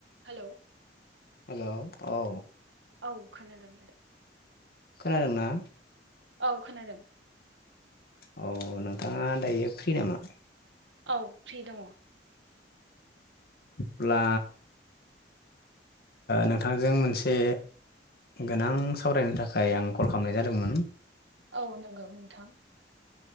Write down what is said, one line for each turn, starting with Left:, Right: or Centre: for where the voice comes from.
Right: हेल'।
Left: हेल' औ।
Right: फखान द।
Left: खोनादोंना।
Right: औ खोनादों।
Left: औ नोंथाङा दायो फ्रि नामा।
Right: औ फ्रि दङ।
Left: अब्ला। नोंथांजों मोनसे। गोनां सावरायनो थाखाय आं कल खालामनाय जादोंमोन।
Right: औ नंगौ नोंथां।